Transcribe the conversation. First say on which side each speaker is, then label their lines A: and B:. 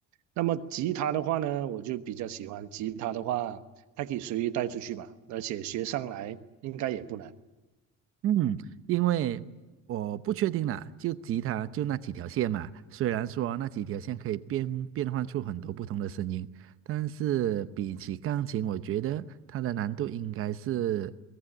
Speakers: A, on the right; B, on the right.
A: 那么吉他的话呢，我就比较喜欢吉他的话，它可以随意带出去嘛，而且学上来应该也不难。
B: 嗯，因为我不确定啦，就吉他就那几条线嘛。虽然说那几条线可以变变换出很多不同的声音，但是比起钢琴，我觉得它的难度应该是，